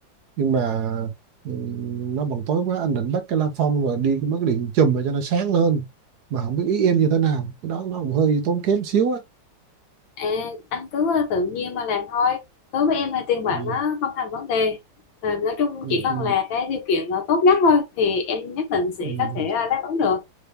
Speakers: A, on the right; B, on the left.
A: nhưng mà ừ, nó bằng tối quá anh định bắt cái la phong rồi đi mấy cái điện chùm mà cho nó sáng lên mà không biết ý em như thế nào cái đó nó cũng hơi tốn kém xíu á
B: À, anh cứ ờ, tự nhiên mà làm thôi. Đối với em thì tiền bạc
A: ừ.
B: nó không thành vấn đề. À, nói chung
A: Ừ.
B: chỉ cần
A: Ừ.
B: là cái điều kiện ờ, tốt nhất thôi thì em nhất định sẽ
A: Ừ.
B: có thể ờ, đáp ứng được.